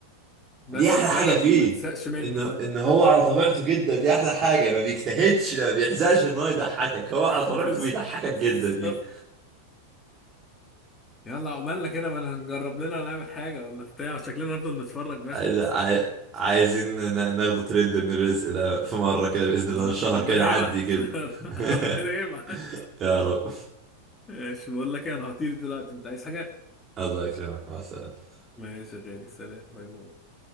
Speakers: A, on the left (about 20°); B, on the right (about 30°).
A: بس
B: دي احلى
A: وفعلا
B: حاجة فيه
A: ما تزهقش منه
B: ان ان
A: اه
B: هو على طبيعته جدا دي احلى حاجة ما بيجتهدش ما بيحزقش ان هو يضحكك هو على
A: <laughs>
B: طبيعته
A: بس
B: بيضحكك
A: بس-
B: جدا يعني
A: يلا عقبالنا كده ما هنجرب لنا نعمل حاجة ولا بتاع شكلنا هنفضل نتفرج بس
B: عايز- عاي- عايزين ن- ناخده ترند من الرزق ده في مرة كده بإذن الله
A: اه
B: الشهر
A: ربنا
B: كان عدي
A: يبعت
B: كده
A: <laughs>
B: <laughs>
A: ربنا يبعت
B: يا رب
A: ماشي بقول لك إيه، انا هطير دلوقتي انت عايز حاجة
B: الله يكرمك مع السلامة
A: ماشي يا غالي سلام باي باي